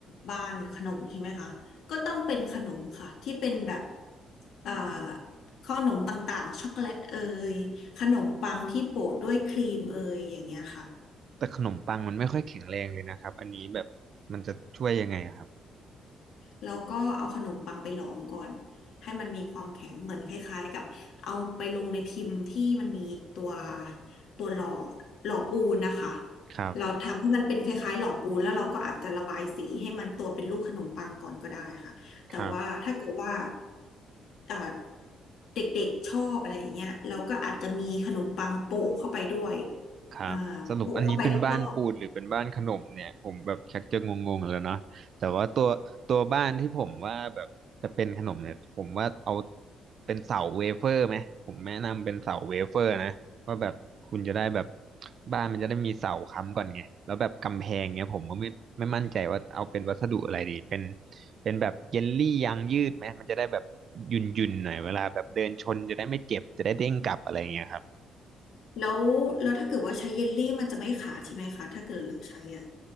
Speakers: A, on the left; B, on the right.
A: บ้านขนมใช่ไหมคะ ก็ต้องเป็นขนมค่ะที่เป็นแบบขอ่อขนมต่างๆช็อกโกแลตเอยขนมปังที่โปะด้วยครีมเอยอย่างเงี้ยค่ะ
B: แต่ขนมปังมันไม่ค่อยแข็งแรงเลยนะครับอันนี้แบบมันจะช่วยยังไงอะครับ
A: แล้วก็เอาขนมปังไปหลอมก่อนให้มันมีความแข็งเหมือนคล้ายๆกับเอาไปลงในพิมพ์ที่มันมีตัวตัวหล่อหล่อปูนนะคะ
B: ครับ
A: เราทำให้มันเป็นคล้ายๆหล่อปูนแล้วเราก็อาจจะระบายสีให้มันตัวเป็นรูปขนมปังก่อนก็ได้ค่ะแต่ว่าถ้าเกิดว่า
B: ครับ
A: อ่าเด็กๆชอบอะไรอย่างเงี้ยเราก็อาจจะมีขนมปังโปะเข้าไปด้วย
B: ครับสรุปอันนี้เป็นบ้านปูนหรือเป็นบ้านขนมเนี่ยผมแบบชักจะงงๆแล้วเนาะแต่ว่าตัวตัวบ้านที่ผมว่าแบบจะเป็นขนมเนี่ยผมว่าเอา
A: อ่าโปะเข้าไปรอบ
B: เป็นเสาเวเฟอร์ไหมผมแนะนำเป็นเสาเวเฟอร์นะว่าแบบคุณจะได้แบบบ้านมันจะได้มีเสาค้ำก่อนไงแล้วแบบกำแพงเนี่ยผมก็ไม่ไม่มั่นใจว่าเอาเป็นวัสดุอะไรดีเป็นเป็นแบบเยลลี่ยางยืดไหมมันจะได้แบบยุ่นๆหน่อยเวลาแบบเดินชนจะได้ไม่เจ็บจะได้เด้งกลับอะไรอย่างเงี้ยครับ
A: ๆแล้วแล้วถ้าเกิดว่าใช้เยลลี่มันจะไม่ขาดใช่ไหมคะถ้าเกิดเราใช้อ่ะ